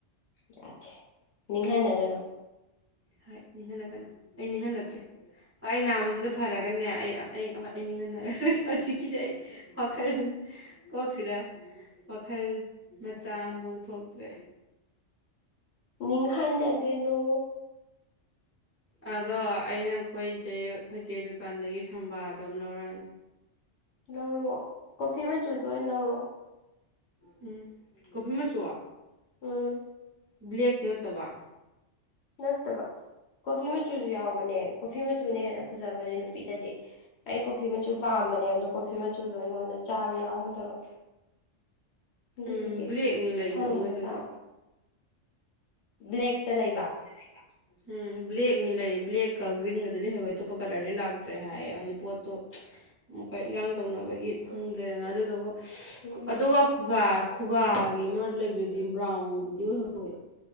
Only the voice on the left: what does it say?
ꯌꯥꯗꯦ ꯅꯤꯡꯍꯟꯅꯒꯅꯣ
ꯅꯤꯡꯍꯟꯅꯒꯅꯣ
ꯂꯧꯔꯣ ꯀꯣꯐꯤ ꯃꯆꯨꯗꯣ ꯑꯣꯏ ꯂꯧꯔꯣ
ꯎꯝ
ꯅꯠꯇꯕ ꯀꯣꯐꯤ ꯃꯆꯨꯖꯨ ꯌꯥꯎꯕꯅꯦ ꯀꯣꯐꯤ ꯃꯆꯨꯅ ꯍꯦꯟꯅ ꯐꯖꯕꯅꯦ ꯅꯨꯄꯤꯗꯗꯤ ꯑꯩ ꯀꯣꯐꯤ ꯃꯆꯨ ꯄꯥꯝꯕꯅꯦ ꯑꯗꯣ ꯀꯣꯐꯤ ꯃꯆꯨꯗꯣ ꯑꯩꯉꯣꯟꯗ ꯆꯥꯕ ꯌꯥꯎꯍꯧꯗꯕ ꯑꯗꯨꯗꯨꯒꯤ
ꯑꯁꯪꯕꯥꯗ
ꯇꯥꯕ ꯕ꯭ꯂꯦꯛꯇ ꯂꯩꯕ
ꯎꯝ